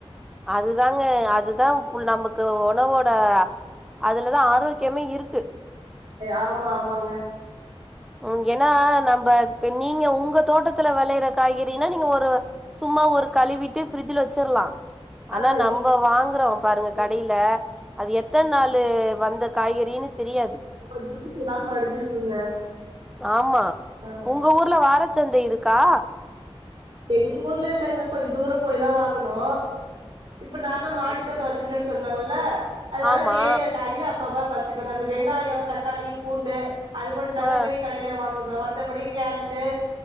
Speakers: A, in the centre; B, on the right (about 65°).
A: அதுதாங்க அதுதா உல்நமக்கு உணவோட் அ அதுலதா ஆரோக்கியமே இருக்கு
B: ஆமா ஆமாங்க
A: உம் ஏன்னா நம்ப க்கு நீங்க உங்க தோட்டத்துல விளையிற காய்கறினா நீங்க ஒரு சும்மா ஒரு கழுவிட்டு பிரிட்ஜ்ல ச்சிர்லாம் ஆனா
B: ஆமா
A: நம்ப வாங்குறோ பாருங்க
B: ம்
A: கடையில அது எத்தனாலு வந்த காய்கறின்னு தெரியாது
B: அப்பறம் தூத்தி எல்லா படிஞ்சிருக்குங்க
A: ஆமா
B: ஆ
A: உங்க ஊருல வார சந்தை இருக்கா
B: எங்குர்ல இல்லைங்க கொஞ்ச தூரம்போயி தா வாங்குணு இப்பநாந்தான் மாடித்தோட்ட
A: அப்டி
B: வச்சிருக்கன்னு சொன்னாங்ல்ல அதனால
A: ஆமா
B: வேனிய காய்கறி அப் அப்பப் பற்ச்சுப்பங் அந்த வெங்காய தக்காளி பூண்டு அதுமட்டும்தாங்க
A: ஆ
B: போய் கடைல வாங்க மத்தபடி கேரட்டு